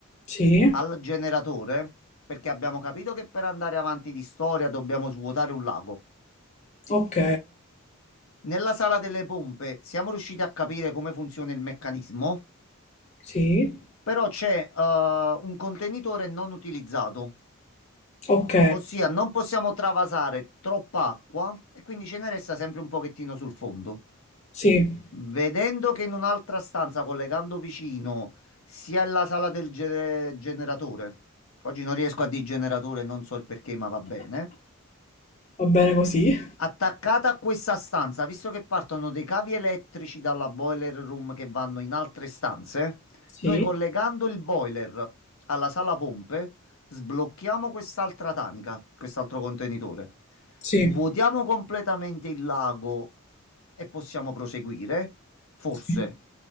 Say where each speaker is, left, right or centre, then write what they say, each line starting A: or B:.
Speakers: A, on the left (about 30°); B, on the left (about 75°).
A: sì,
B: al generatore perché abbiamo capito che per andare avanti di storia dobbiamo svuotare un lago.
A: ok,
B: Nella sala delle pompe siamo riusciti a capire come funziona il meccanismo,
A: sì,
B: però c'è eh, un contenitore non utilizzato.
A: ok,
B: Ossia, non possiamo travasare troppa acqua e quindi ce ne resta sempre un pochettino sul fondo.
A: sì,
B: Vedendo che in un'altra stanza, collegando vicino, sia la sala del ge- generatore. Oggi non riesco a dire generatore, non so il perché, ma va bene.
A: va bene così,
B: Attaccata a questa stanza, visto che partono dei cavi elettrici dalla boiler room che vanno in altre stanze,
A: sì,
B: noi collegando il boiler alla sala pompe sblocchiamo quest'altra tanica, quest'altro contenitore.
A: sì,
B: Svuotiamo completamente il lago e possiamo proseguire. Forse.
A: sì,